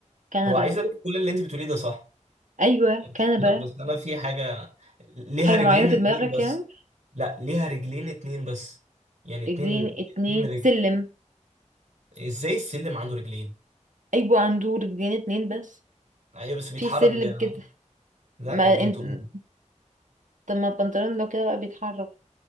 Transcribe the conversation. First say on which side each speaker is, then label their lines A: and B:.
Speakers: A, on the right (about 80°); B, on the right (about 65°).
A: كنبة
B: هو عايز اقول لك كل اللي انت بتقوليه ده صح
A: ايوه
B: <laughs>
A: كنبة
B: بس انا في حاجه ليها
A: حاجة
B: رجلين
A: معينة في
B: اتنين
A: دماغك
B: بس
A: يعني
B: لا ليها رجلين اتنين بس يعني اتنين
A: رجلين اتنين
B: اتنين رجل
A: سلم
B: ازاي السلم عنده رجلين
A: ايوه عنده رجلين اتنين بس
B: ايوه بس بيتحرك
A: في سلم
B: بي...
A: كده
B: لا
A: ما
B: البنطلون
A: انت طب ما البنطلون لو كده بقى بيتحرك